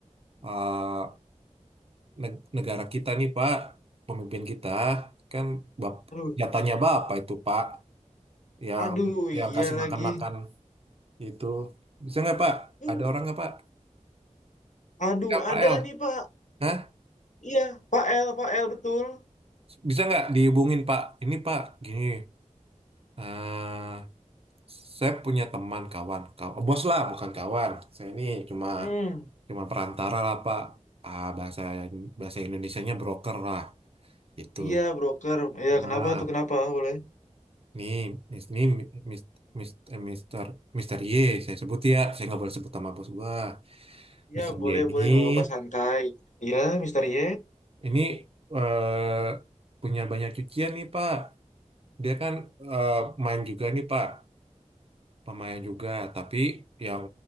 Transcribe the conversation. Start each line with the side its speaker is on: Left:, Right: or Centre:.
Right: eh, neg- negara kita nih Pak, pemimpin kita kan bap
Left: Aduh,
Right: jatahnya Bapak itu Pak yang
Left: aduh,
Right: yang
Left: iya
Right: kasih
Left: lagi.
Right: makan-makan itu. Bisa nggak Pak?
Left: Hmm.
Right: Ada orang nggak Pak?
Left: Aduh,
Right: L, P
Left: ada
Right: L,
Left: nih Pak.
Right: Hah?
Left: Iya, Pak L, Pak L betul.
Right: Bisa nggak dihubungin Pak? Ini Pak, gini, eh saya punya teman kawan, kaw- bos lah, bukan kawan. Saya ini cuma
Left: Hmm,
Right: cuma perantara lah Pak. Ah, bahasa bahasa Indonesianya broker lah, itu
Left: iya broker. Iya
Right: Nah,
Left: kenapa tuh kenapa? Boleh?
Right: nih, mis- nih, mis, mis, eh, Mister Mister Y, saya sebut ya, saya nggak boleh sebut nama bos gua.
Left: Iya
Right: Mister Y
Left: boleh
Right: ini,
Left: boleh nggak apa-apa santai. Iya, Mister Y.
Right: ini eh punya banyak cucian nih Pak. Dia kan eh, main juga nih Pak. lumayan juga. Tapi yang